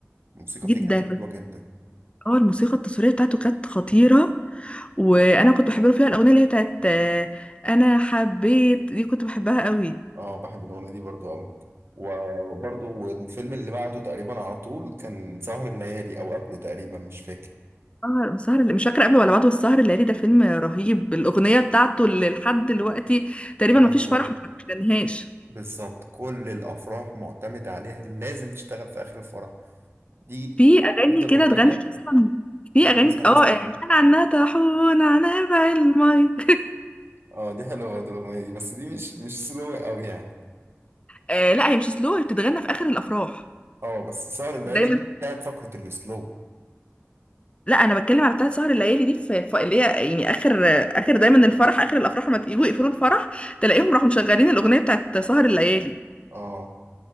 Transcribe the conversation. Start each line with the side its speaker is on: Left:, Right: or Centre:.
Right: الموسيقى
Left: جدا
Right: فيه كانت حلوه
Left: بس
Right: جدا
Left: اه الموسيقى التصويريه بتاعته كانت خطيره وانا كنت بحب له فيها الاغنيه اللي هي بتاعت آه، انا حبيت دي كنت بحبها قوي
Right: اه بحب الاغنيه دي برضو قوي وبرضو الفيلم اللي بعده تقريبا على طول كان سهر الليالي او قبله تقريبا مش فاكر
Left: سهر سهر اللي- مش فاكره قبل ولا بعد والسهر الليالي ده فيلم رهيب الاغنيه بتاعته اللي لحد دلوقتي تقريبا
Right: لحد
Left: مفيش
Right: دلوقتي
Left: فرح ما غنيهاش
Right: بالظبط كل الافراح معتمده عليها لازم تشتغل في اخر الفرح دي
Left: في اغاني
Right: افضل
Left: كده
Right: اغنيه
Left: اتغنت اصلا في
Right: يتلبس
Left: اغاني
Right: عليها
Left: اه
Right: سلو
Left: آه، كان عنها طاحون عنها بعلمي <laughs>
Right: اه دي حلوه برضو الاغنيه دي بس دي مش مش سلو قوي يعني
Left: آه لا هي مش سلو هي بتتغنى في اخر الافراح
Right: اه بس سهر الليالي
Left: دايما
Right: دي بتاعت فقره السلو
Left: لا انا بتكلم على بتاعت سهر الليالي دي في في- اللي هي يعني اخر اخر دايما الفرح اخر الافراح لما يجوا يقفلوا الفرح تلاقيهم راحوا مشغلين الاغنيه بتاعت سهر الليالي
Right: اه